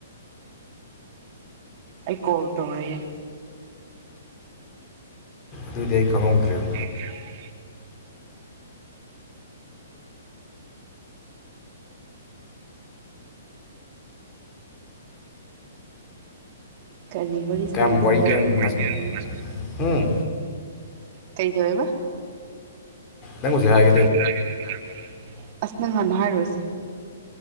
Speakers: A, on the right; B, on the left.
A: ꯑꯩ ꯀꯣꯜ ꯇꯧꯔꯛꯑꯦ
B: ꯑꯗꯨꯗꯤ ꯑꯩ ꯈꯪꯍꯧꯗ꯭ꯔꯦꯕ
A: <inaudible> ꯀꯔꯤ ꯋꯥꯔꯤ
B: ꯀꯌꯥꯝ
A: ꯁꯥꯟꯅꯁꯤꯔ
B: ꯋꯥꯔꯤ
A: ꯉꯔꯥꯡ
B: ꯀꯌꯥꯝ
A: ꯃꯣꯢꯒꯤ
B: ꯉꯁꯤ ꯎꯝ
A: ꯀꯩꯗꯧꯔꯦꯕ
B: ꯅꯪ ꯍꯧꯖꯤꯛ ꯍꯥꯢ
A: ꯅꯪ ꯍꯧꯖꯤꯛ ꯍꯥꯢꯒꯦ ꯇꯩꯗꯣ ꯍꯥꯢꯔꯛꯄꯅꯦ ꯑꯁ ꯅꯪ ꯍꯥꯟꯅ ꯍꯥꯢꯔꯛꯑꯣꯁꯦ